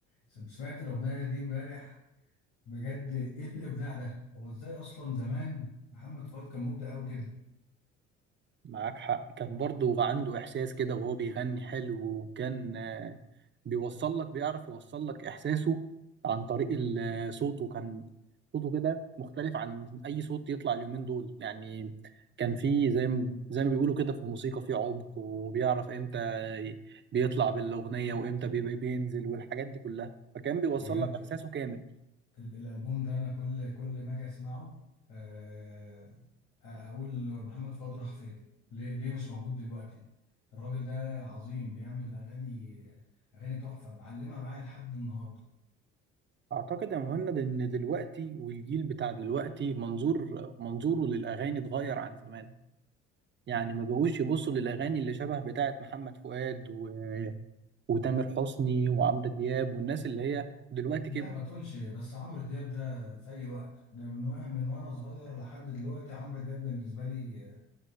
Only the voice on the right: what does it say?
معاك حق كان برضو عنده إحساس كده وهو بيغني حلو وكان آه، بيوصل لك بيعرف يوصل لك إحساسه عن طريق ال- آه، صوته كان صوته كده مختلف عن أي صوت يطلع اليومين دول يعني كان فيه زي ما زي ما بيقولوا كده في الموسيقى فيه عمق وبيعرف إمتى ي- بيطلع بالأغنية وإمتى بيبقى بينزل والحاجات دي كلها فكان بيوصل
لك إحساسه كامل
أعتقد يا مهند إن دلوقتي والجيل بتاع دلوقتي منظور منظوره للأغاني اتغير عن زمان يعني ما بقوش يبصوا للأغاني اللي شبه بتاعة محمد فؤاد و... وتامر حسني وعمرو دياب والناس اللي هي دلوقتي
كبرت